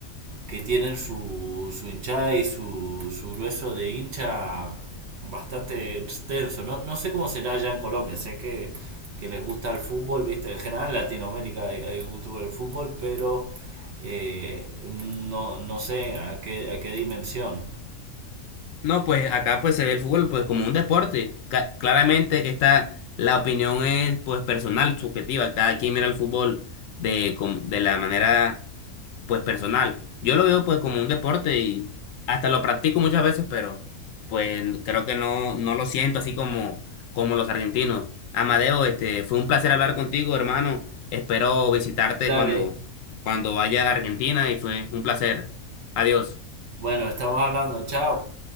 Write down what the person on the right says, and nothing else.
que tienen su, su hinchada y su, su grueso de hincha bastante extenso. No, no sé cómo será allá en Colombia, sé que, que les gusta el fútbol, ¿viste? En general en Latinoamérica hay, hay gusto por el fútbol, pero eh, no, no sé a qué, a qué dimensión.
Dale,
Bueno, estamos hablando. Chao.